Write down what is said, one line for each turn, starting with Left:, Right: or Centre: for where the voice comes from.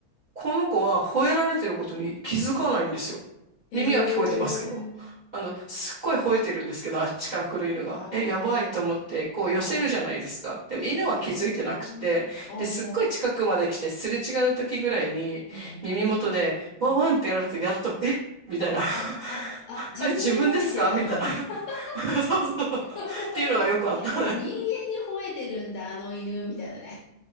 Right: この子は吠えられてることに気づかないんですよ。
Left: へえ。
Right: 耳は聞こえてますけど。あの、すっごい吠えてるんですけど、あっちから来る犬が。
Left: ああ、
Right: え、やばいと思って、こう寄せるじゃないですか。
Left: は
Right: でも犬は気づいてなくて、
Left: い。へえ。あ
Right: で、すっごい近くまで来て、
Left: あ、
Right: すれ違う時ぐらいに、
Left: うん、う
Right: 耳元で、ワンワンってやられて、
Left: ん、うん、
Right: やっと、
Left: うん。
Right: えみたいな。<laughs>
Left: あ、あ、あ、自分に吠えてたの、
Right: あ、自分ですかみたいな。
Left: みたいな
Right: <laughs> そうそうそう。
Left: かわいい。
Right: っていうのがよくあった。
Left: あ、人間に吠えてるんだ、あの犬、みたいなね。